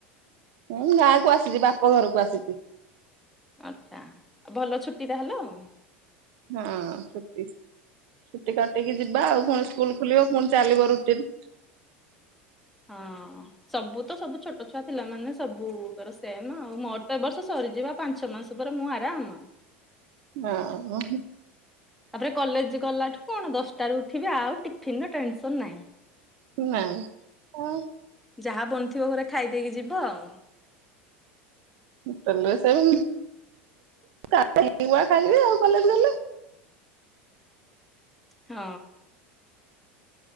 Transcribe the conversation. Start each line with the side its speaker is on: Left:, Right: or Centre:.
Right: ମୁଁ ଗାଁକୁ ଆସିଚି ବାପ ଘରକୁ ଆସିଚି।
Centre: ଆଚ୍ଛା ଆ ଭଲ ଛୁଟି ତାହେଲେ ଆଉ।
Right: ହୁଁ ଛୁଟି ଛୁଟି କାଟିକି ଯିବା ଆଉ ଫୁଣି ସ୍କୁଲ ଖୋଲିବ ଫୁଣି ଚାଲିବ ରୁଟିନ୍।
Centre: ହଁ। ସବୁ ତ ସବୁ ଛୋଟ ଛୁଆ ପିଲା ମାନେ ସବୁକର ସେମ୍ ନା ଆଉ ମୋର ତ ଏ ବର୍ଷ ସରିଯିବା। ପାଞ୍ଚ ମାସେ ପରେ ମୁଁ ଆରାମ୍ ଆଉ।
Right: ଓହୋ।
Centre: ତାପରେ କଲେଜ୍ ଗଲାଠୁ କଣ ଦଶଟାରୁ ଉଠିବି ଆଉ ଟିଫିନ୍ ର ଟେନସନ୍ ନାହିଁ।
Right: ନାଇଁ ହଁ।
Centre: ଯାହା ବନଥିବ ଘରେ ଖାଇଦେଇକି ଯିବ ଆଉ।
Right: ହୋଟେଲରେ ସେଇ ଖାଇବା ଖାଇବି ଆଉ କଲେଜ୍ ଗଲେ ଆଉ।
Centre: ହଁ।